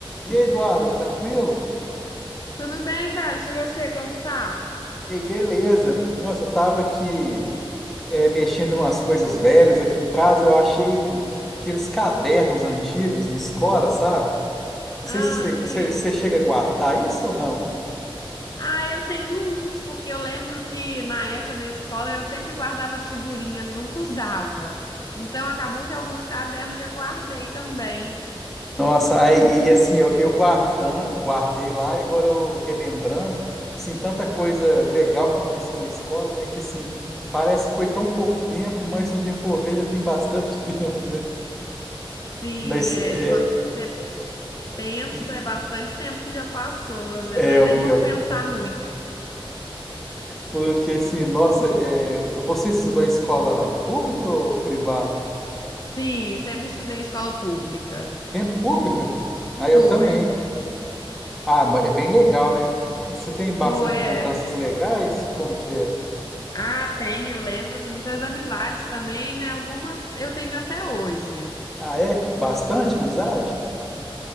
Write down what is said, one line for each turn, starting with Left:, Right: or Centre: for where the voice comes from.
Centre: E aí, Eduardo, tranquilo?
Left: Tudo bem, Thales? E você, como tá?
Centre: Ei, beleza. Nossa, eu tava aqui é, mexendo em umas coisas velhas aqui em casa, eu achei aqueles cadernos antigos de escola, sabe? Não
Left: Ah,
Centre: sei se você,
Left: sim.
Centre: você- você chega a guardar isso ou não.
Left: Ah, eu tenho uns, porque eu lembro que na época da escola eu sempre guardava as figurinhas, nunca usava. Então acabou que alguns cadernos eu guardei também.
Centre: Nossa, aí, e assim, eu, eu guardando, guardei lá e agora eu relembrando, assim, tanta coisa legal que aconteceu na escola, né? Que assim, parece que foi tão pouco tempo, mas se a gente for ver, já tem bastante <laughs> tempo, né?
Left: Sim,
Centre: Mas,
Left: é.
Centre: é,
Left: se Quando você pensa,
Centre: e-
Left: é bastante tempo que já passou. Às vezes
Centre: é
Left: não é nem
Centre: o pior.
Left: bom pensar muito.
Centre: Porque assim, nossa, é, você estudou em escola pública ou privada?
Left: Sim, sempre estudei em escola pública.
Centre: Sempre pública? Ah, eu
Left: Foi.
Centre: também. Ah, mas é bem legal, né? E Você tem bastante
Left: Foi, é.
Centre: lembranças legais? Como que é?
Left: Ah, tem, eu lembro, assim, muitas amizades também, né? Algumas eu tenho até hoje.
Centre: Ah, é? Bastante, amizade?